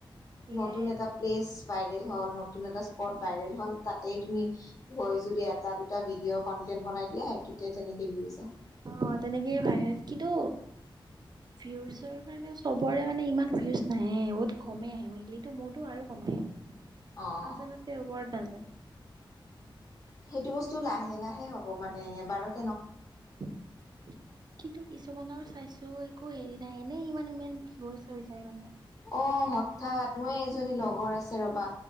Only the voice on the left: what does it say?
নতুন এটা প্লেচ ভাইৰেল হল ন। নতুন এটা স্পট ভাইৰেল হ'ল তাতেই তুমি গৈ যদি এটা দুটা ভিডিঅ'ৰ কন্টেন্ট বনাই দিয়া সেইটো তেতিয়া তেনেকে বিয়োজ আহে।
অ'
সেইটো বস্তু লাহে লাহে হ'ব মানে এবাৰত
অ হঠাৎ মই এজনী লগৰ আছে ৰবা